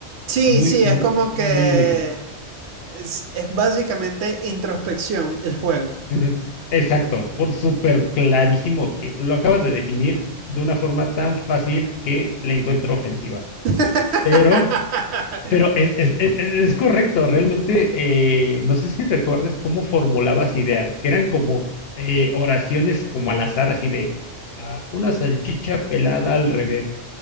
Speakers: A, on the right; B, on the left.
A: sí,
B: muy,
A: sí,
B: muy,
A: es como
B: muy
A: que
B: único.
A: es, es básicamente introspección el juego.
B: Ujú, Exacto, por súper clarísimo que lo acabas de definir de una forma tan fácil que le encuentro ofensiva.
A: <laughs>
B: Pero, pero es, es, es, es- es correcto, realmente, eh, no sé si recuerdes cómo formulabas ideas, que eran como eh, oraciones como al azar, así de ah, una salchicha pelada al revés